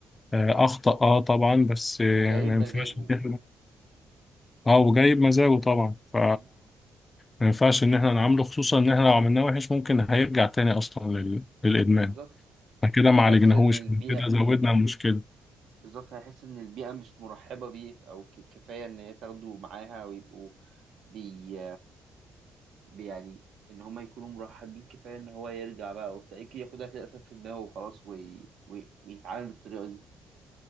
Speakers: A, on the left; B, on the right.
A: آه، أخطأ أه طبعا بس آه،
B: وجاي
A: ما
B: بمزاجه
A: ينفعش إن إحنا أه وجايب مزاجه طبعا ف
B: م?
A: ما ينفعش إن إحنا نعامله خصوصا إن إحنا لو عملناه وحش ممكن هيرجع تاني أصلا لل... للإدمان
B: بالظبط
A: فكده ما
B: هيحس
A: عالجناهوش
B: إن البيئة
A: كده زودنا المشكلة
B: بالظبط هيحس إن البيئة مش مرحبة بيه أو ك... كفاية إن هي تاخده معاها ويبقوا بي... بي يعني إن هما يكونوا مرحبين كفاية إن هو يرجع بقى وبتاع يمكن ياخدها كده أسف في دماغه وخلاص وي... وي... ويتعامل بالطريقة